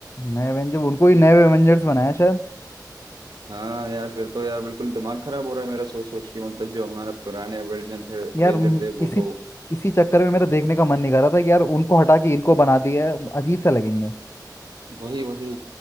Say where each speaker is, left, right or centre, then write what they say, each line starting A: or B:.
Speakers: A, on the left; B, on the right.
A: नए एवेंजर उनको ही नए एवेंजर्स बनाया शायद
B: हाँ यार फिर तो यार बिल्कुल दिमाग खराब हो रहा है मेरा सोच सोच के मतलब जो हमारा पुराने अवेंजर थे
A: यार
B: अवेंजर
A: म-
B: थे वो
A: इसी
B: तो
A: इसी चक्कर में मेरा देखने का मन नहीं कर रहा था कि यार उनको हटा के इनको बना दिया है अजीब सा लगेंगे
B: वही वही